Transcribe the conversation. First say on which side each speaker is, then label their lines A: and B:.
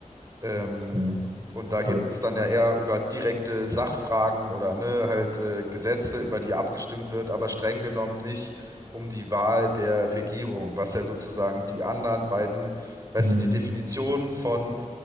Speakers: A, on the right; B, on the right.
A: Ähm,
B: okay.
A: und da
B: Aber,
A: geht es dann ja eher über direkte Sachfragen oder ne, halt äh, Gesetze, über die abgestimmt wird, aber streng genommen nicht um die Wahl der Regierung, was ja sozusagen die anderen beiden, weißt
B: hm,
A: du, die Definition von